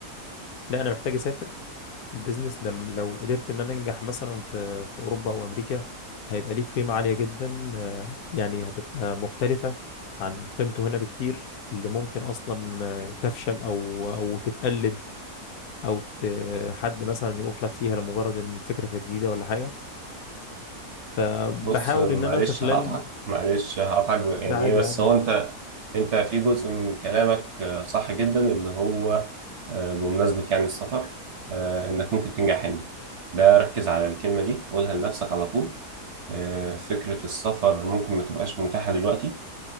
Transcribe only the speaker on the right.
بص معلش
هقطعك معلش هقطعك ب- يعني
ايه بس
هو انت انت في جزء من كلامك آه، صح جدا اللي هو آه، بمناسبة يعني السفر آه، انك ممكن تنجح هنا ده ركز على الكلمة دي قولها لنفسك على طول آه، فكرة السفر ممكن ما تبقاش متاحة دلوقتي